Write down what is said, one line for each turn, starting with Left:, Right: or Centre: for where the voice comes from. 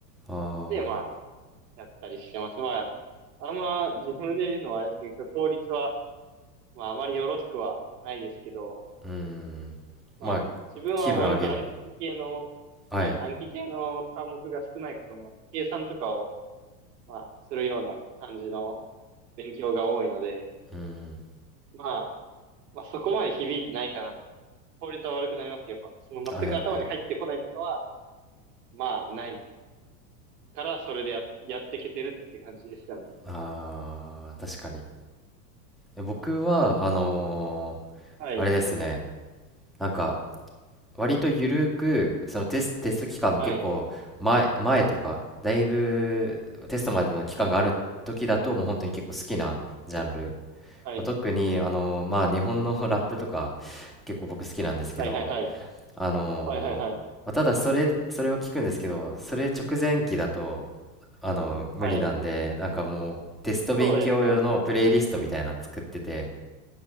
Centre: ああ、
Right: で、まあ、やったりしてます。まあ、あんま自分で言うのはあれですけど、効率は、まあ、あまりよろしくはないですけど、
Centre: うーん。
Right: まあ、
Centre: まあ、
Right: 自分は割と暗記系の、
Centre: 気分上げる。はい。
Right: はい、暗記系の科目が少ないこともあって、計算とかを、まあ、するような感じの勉強が多いので、
Centre: うん。
Right: まあ、まあ、そこまで響いてないかな。効率は悪くなりますけど、やっぱ、その全く頭に入ってこないとかは、
Centre: はいはい。
Right: まあ、ないからそれでや、やっていけてるって感じですかね。
Centre: ああ、確かに。え僕は、あのー
Right: はい。
Centre: あれですね。なんか、割とゆるく、そのテス、テスト期間の結構前、
Right: はい。
Centre: 前とか、だいぶテストまでの期間がある時だと、もう本当に結構好きなジャンル。
Right: はい。
Centre: まあ特に、あの、まあ日本の <laughs>
Right: はい。
Centre: ラップとか結構僕好きなんですけど、
Right: はい。はい。はい。
Centre: あのーまあただそれ、
Right: はい。はい。
Centre: それを聞くんですけど、それ直前期だと、あの、無理なんで、
Right: はい。
Centre: なんかもうテスト勉強用のプレイリストみたいなの作ってて、
Right: そうですね。